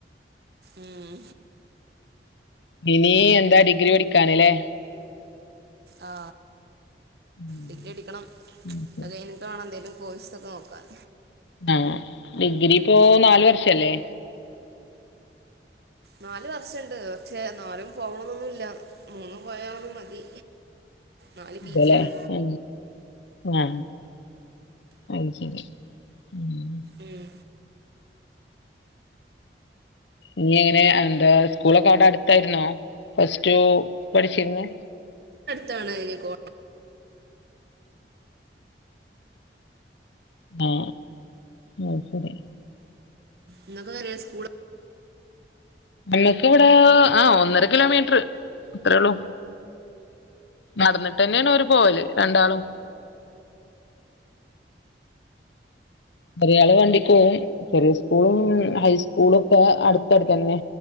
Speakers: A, on the right; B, on the left.
A: ഉം
B: ഇനി എന്താ ഡിഗ്രി പഠിക്കാന്ലേ
A: ആ
B: ഉം
A: ഡിഗ്രി എട്ക്കണം
B: ശരി
A: അതു കഴിഞ്ഞിട്ട് വേണം എന്തേലും കോഴ്സ്സൊക്കെ നോക്കാൻ
B: ആ ഡിഗ്രി ഇപ്പോ നാലു വർഷല്ലേ
A: നാലു വർഷണ്ട് പക്ഷെ നാലും പോവണന്നൊന്നുല്ല മൂന്ന്പോയാലും മതി നാല് പി
B: പോലെ
A: ജിയാണ്
B: ആ ആ അയ് ശരി ഉം
A: ഉം
B: ഇങ്ങനെ എന്താ സ്കൂളൊക്കെ അവിടെ അടുത്താരുന്നോ പ്ലസ്റ്റു പഠിച്ചിരുന്നേ
A: താണ് ഈ കോ
B: ആ മൂപ്പര്
A: ഇന്നൊക്കെ വരെ സ്കൂള്
B: നമ്മക്ക് ഇവിടെ ആ ഒന്നര കിലോമീറ്റർ അത്രേള്ളൂ നടന്നിട്ട് തന്നെയാണ് അവര് പോവല് രണ്ടാളും ഒരാള് വണ്ടിക്ക് പോവും ചെറിയ സ്കൂളും ഹൈസ്കൂളൊക്കെ അടുത്തടു തന്നെ